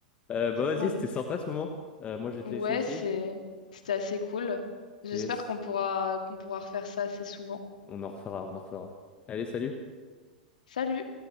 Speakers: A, on the left (about 25°); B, on the left (about 65°).
A: Euh, bah vas-y,
B: Bon,
A: c'était sympa ce moment. Euh, moi je vais te
B: ouais,
A: laisser ici.
B: c'est. C'était assez cool. J'espère
A: Yes.
B: qu'on pourra qu'on pourra refaire ça assez souvent.
A: On en refera, on en refera. Allez, salut.
B: Salut!